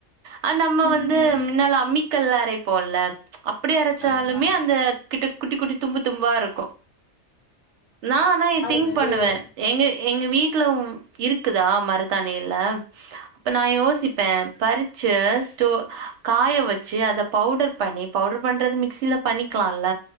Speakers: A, on the right; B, on the left.
A: ஆ நம்ம
B: ம்
A: வந்து முன்னால அம்மி கல்லாரை போல்ல அப்டி அரைச்சாலுமே
B: ஆமா
A: அந்த கிட்டு குட்டி குட்டி தும்பு தும்பா இருக்கும்
B: ஆமா
A: நா அனா
B: நார்
A: திங்
B: மாதிரி
A: பண்ணுவேன்
B: வரு
A: எங்க எங்க வீட்ல இருக்குதா மருதானி எல நா யோசிப்பேன் பரி ஜஸ்ட்டு காய வச்சி அத பவுடர் பண்ணி பவுடர் பண்றது மிக்சில பண்ணிக்கலாம்ல்ல